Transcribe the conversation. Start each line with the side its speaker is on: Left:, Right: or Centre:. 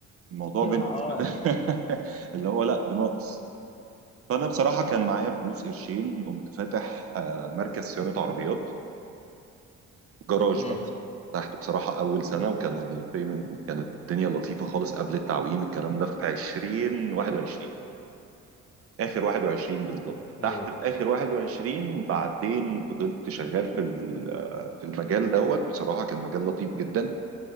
Right: الموضوع
Left: <laughs> اه
Right: بالنسبه لي <laughs> اللي هو لا بناقص فانا بصراحه كان معايا
Left: لا.
Right: فلوس قرشين قمت فاتح آه، مركز صيانه عربيات جراج
Left: امم
Right: بقى فتحته بصراحه اول سنه وكان البيمنت كانت الدنيا لطيفه خالص قبل التعويم الكلام ده في 20 21 اخر 21 بالظبط
Left: اوكي
Right: فتحت في اخر 21 بعدين فضلت شغال في ال- آه، في المجال دوت بصراحه كان مجال لطيف جدا